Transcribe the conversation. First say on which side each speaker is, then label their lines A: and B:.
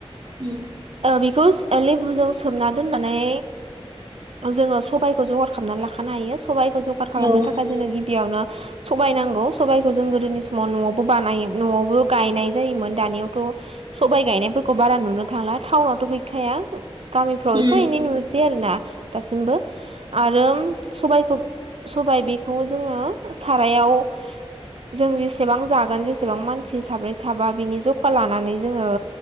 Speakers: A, on the right; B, on the right.
A: उम
B: बेखौ लेबुजों सोमना दोननानै जोङो सबाइखौ जगार खालामनानै लाखानो हायो सबाइखौ जगार
A: औ
B: खालामनो
A: उम
B: थाखाय
A: औ
B: जोङो गिबियावनो सबायाइ नांगौ सबायखौ जों गोदोनि समाव न'आवबो बानायोमोन न'आवबो गायनाय जायोमोन दानियावथ' सबाय गायनायफोरखौ बारा नुनो थांला टाउनावथ' गै मिखाया गामिफ्राव
A: उम
B: एफा एनै नुनोसै आरो ना। दासिमबो आरो सबायखौ सबाय बेखौ जोङो। मायाव जों जेसेबां जागोन जेसेबां मानसि साब्रै साबा बिनि जखा लानानै जोङो।